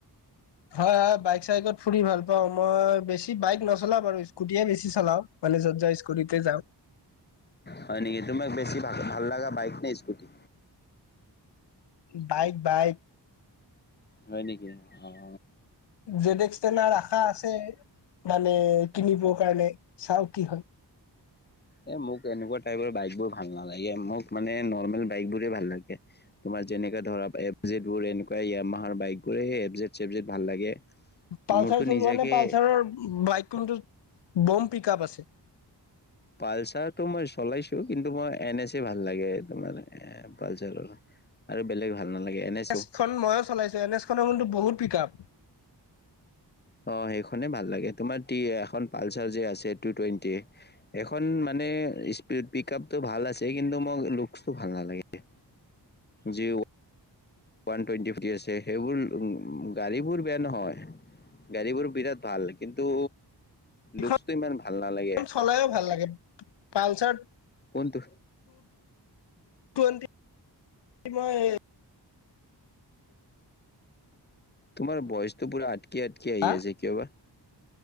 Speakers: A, on the left (about 75°); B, on the left (about 25°).
A: আহ বাইক চাইকত ফুৰি ভাল পাও মই বেছি বাইক নচলও বাৰু স্কুটিয়ে বেছি চলাও মানে য'ত য' ত ইস্কুতিতে যাওঁ।
B: হয় নেকি? তোমাক বেছি ভাল- ভাল লগা বাইক নে ইস্কুতি?
A: Bike- bike.
B: হয় নেকি অহ।
A: জেড এক্স তেনাৰ আশা আছে। মানে কিনিব কাৰণে চাও কি হয়।
B: এ মোক এনেকুৱা টাইপৰ বাইক বোৰ ভাল নালাগে মোক মানে নৰ্মেল বাইক বোৰে ভাল লাগে তোমাৰ যেনেকে ধৰক এফজেত বোৰ এনেকুৱা যাম্মহাৰ বাইক বোৰে সেই এফজেত সেফজেত ভাল লাগে।
A: পালচাৰ
B: মোৰতো
A: চলোৱা
B: নিজাকে
A: নে পালচাৰৰ বাইক কোনটো? বম পিক আপ আছে।
B: পালচাৰতটো মই চলাইছো কিন্তু মই এন এছ এ ভাল লাগে তোমাৰ এ পালচাৰৰ। আৰু বেলেগ ভাল নালাগে এন এছো
A: এছখন মইয়ো চলাইছো এন এছ খনৰ কিন্তু বহুত পিক আপ।
B: অহ, সেইখনে ভাল লাগে তোমাৰ টি এখন পালচাৰ যে আছে টু টুৱেন্টি এখন মানে নে স্প পিক আপটো ভাল আছে কিন্তু মোক লুকচটো ভাল নালাগে যি ওৱান টুৱেণ্টি ফিফটি আছে সেইবোৰ গাড়ীবোৰ বেয়া নহয়। গাড়ীবোৰ বিৰাট ভাল কিন্তু,
A: এইখন
B: লুকচটো ইমান ভাল নালাগে।
A: চলাইও ভাল লাগে পালচাৰ
B: কোনটো?
A: <unintelligible>
B: তোমাৰ বয়চটো পুৰা আটকি- আটকি
A: হা
B: আহি আছে কিয় বা